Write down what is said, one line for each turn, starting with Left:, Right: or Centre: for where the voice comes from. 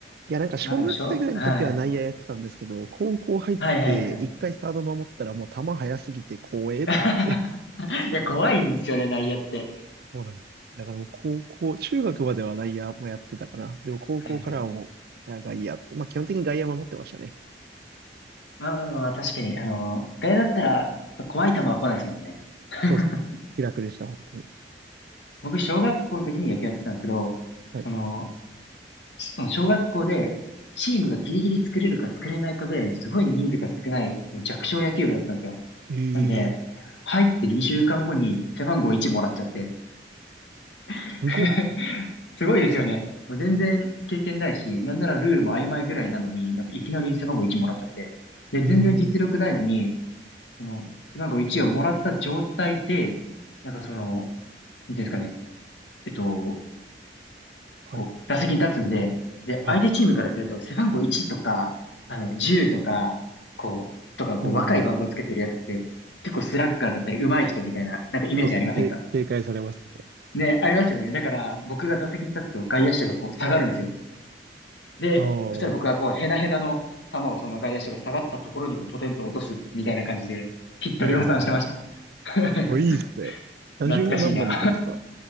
Right: いや、なんか小学生ぐらいの時は内野やってたんですけど、
Left: まあでも、しょ、はい。
Right: 高校入って一回サード守ったらもう球速すぎて光栄と思って。
Left: はいはいはい <laughs> いや、怖いんですよね、内野って。
Right: <laughs> そうなんです。だからもう高校、中学までは内野もやってたかな。でも高校からはもう、
Left: はいはいはい。
Right: いや外野って、まあ基本的に外野守ってましたね。
Left: まあまあまあまあ、確かに、あの、外野だったら、怖い球は来ないですもんね。<laughs>
Right: そうですね。気楽でした、本当に。
Left: 僕、小学校の時に野球やってたんですけど、
Right: はい。
Left: その、その小学校で、チームがギリギリ作れるか作れないかぐらいのすごい人数が少ない、もう弱小野球部だったんですよ。
Right: ええー
Left: なんで、入って2週間後に背番号1もらっちゃって。<laughs>
Right: すごっ。
Left: すごいですよね。もう全然経験ないし、なんならルールも曖昧ぐらいなのに、なんかいきなり背番号1もらっちゃって。で、
Right: ええー
Left: 全然実力ないのに、その、背番号1をもらった状態で、なんかその、なんていうんですかね、えっと、
Right: はい、
Left: こう、打席に立つんで、で、
Right: はい、
Left: 相手チームからすると、
Right: はい。
Left: 背番号1とか、あの、10とか、こう、とか、こう、
Right: うん。
Left: 若い番号つけてるやつって、結構スラッガーだったり、上手い人みたいな、なんかイメージありませんか
Right: そうですね。け警戒されますね。
Left: ね、ありますよね。だから、僕が打席に立つと外野手がこう下がるんですよ。で、
Right: ああ、
Left: そしたら僕はこう、
Right: は
Left: ヘナヘナの球をその外野手が下がったところにこう、ポテンと落とすみたいな感じで、ヒット量産してました。
Right: い、はい、はい。
Left: <laughs>
Right: お、いいですね。打順は何番だったんですか
Left: 懐かしいな。